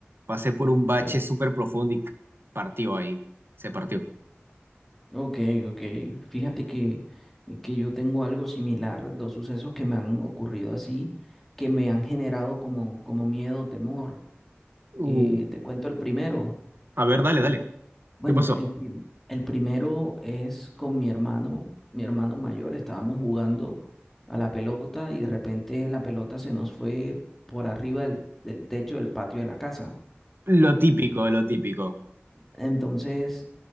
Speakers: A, on the right; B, in the centre.
A: Pasé por un
B: Ok,
A: bache súper profundo y partió ahí. Se partió.
B: ok, ok. Fíjate que, que yo tengo algo similar, dos sucesos que me han ocurrido así, que me han generado como, como miedo, temor.
A: Uh,
B: Eh, te cuento el primero.
A: a ver, dale, dale.
B: Bueno,
A: ¿Qué pasó?
B: el, prim- el primero es con mi hermano, mi hermano mayor. Estábamos jugando a la pelota y de repente la pelota se nos fue por arriba del del techo del patio de la casa.
A: Lo típico, lo típico.
B: Entonces,